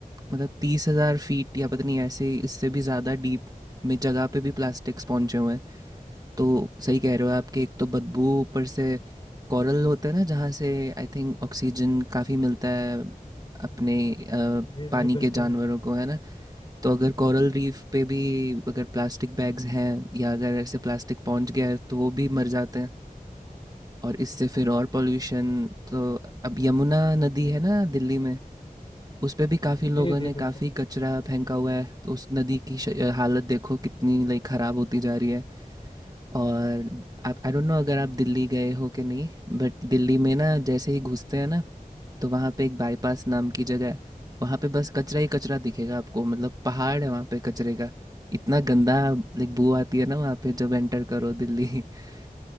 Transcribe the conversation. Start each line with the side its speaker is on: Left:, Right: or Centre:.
Right: मतलब तीस हजार फीट या पता नहीं ऐसे इससे भी ज़्यादा डीप में जगह पे भी प्लास्टिक्स पहुंचे हुए हैं तो सही कह रहे हो आपके एक तो बदबू ऊपर से कोरल होता है ना जहाँ से आई थिंक ऑक्सीजन काफ़ी मिलता है अपने अ,
Left: जी
Right: पानी
Left: जी बिल्कुल
Right: के जानवरों को है ना तो अगर कोरल रीफ पे भी अगर प्लास्टिक बैग्स हैं या अगर ऐसे प्लास्टिक पहुंच गया है तो वो भी मर जाते हैं और इससे फिर और पोल्यूशन तो अब यमुना नदी है ना दिल्ली में उस पे भी काफ़ी लोगों
Left: जी
Right: ने
Left: जी
Right: काफ़ी
Left: बिल्कुल
Right: कचरा फेंका हुआ है तो उस नदी की श- अ, हालत देखो कितनी लाइक ख़राब होती जा रही है और आप आई डोंट नो अगर आप दिल्ली गए हो कि नहीं बट दिल्ली में ना जैसे ही घुसते हैं ना तो वहाँ पे एक बाईपास नाम की जगह है वहाँ पे बस कचरा ही कचरा दिखेगा आपको मतलब पहाड़ है वहाँ पे कचरे का इतना गंदा लाइक बू आती है ना वहाँ पे जब एंटर करो दिल्ली <laughs>